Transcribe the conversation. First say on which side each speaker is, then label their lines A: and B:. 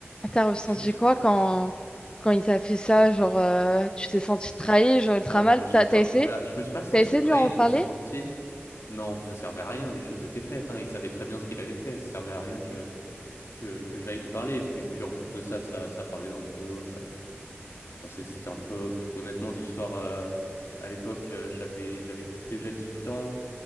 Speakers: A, on the left; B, on the left.
A: T'as ressenti
B: <laughs>
A: quoi quand, quand il t'a fait ça? Genre, euh, tu t'es senti trahi, genre ultra
B: Ah,
A: mal.
B: je me suis
A: T'as, t'as
B: sen-
A: essayé?
B: bah, je me suis pas senti
A: T'as essayé
B: trahi,
A: de lui en
B: je
A: parler?
B: me suis senti. Non, ça servait à rien, les choses étaient faites, hein, Il savait très bien ce qu'il avait fait, ça servait à rien que, que, que j'aille lui parler. Et puis, puis en plus de ça, ça, ça parlait dans mon dos, ça. Enfin, c'est- c'était un peu, pff, honnêtement, d'histoire. euh, À l'époque, euh, j'avais, j'avais déjà 18 ans,